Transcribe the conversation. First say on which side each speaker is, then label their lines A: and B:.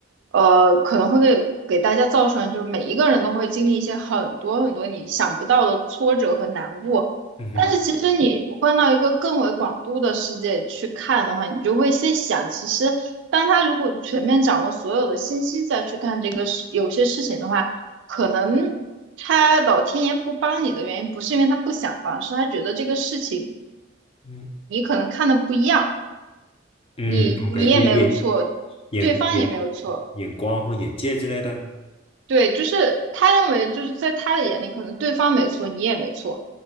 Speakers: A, on the right; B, on the left.
A: 呃，可能会给给大家造成，就每一个人都会经历一些很多很多你想不到的挫折和难过。
B: 嗯哼，
A: 但是其实你换到一个更为广度的世界去看的话，你就会先想，其实。当他如果全面掌握所有的信息再去看这个事，有些事情的话，可能他老天爷不帮你的原因，不是因为他不想帮，是他觉得这个事情
B: 嗯
A: 你可能看的不一样，
B: 嗯，OK，
A: 你你也没有错，
B: 那眼眼眼
A: 对方也没有错，
B: 眼光或眼界之类的。
A: 对，就是他认为就是在他的眼里，可能对方没错，你也没错，